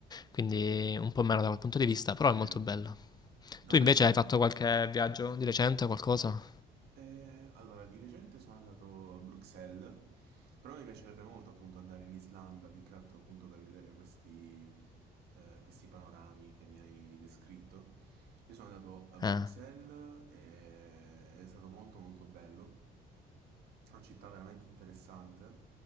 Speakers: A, on the left; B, on the right.
A: quindi un po' meno da quel punto di vista, però
B: Ok,
A: è molto
B: ok.
A: bello.
B: No,
A: Tu
B: a me
A: invece
B: piacerebbe.
A: hai fatto qualche viaggio di recente, qualcosa?
B: Eh, allora, di recente sono andato a Bruxelles, però mi piacerebbe molto appunto andare in Islanda, più che altro appunto per vedere questi, eh, questi panorami che mi hai descritto. Io sono andato a Bruxelles
A: Eh,
B: e è stato molto molto bello. È una città veramente interessante,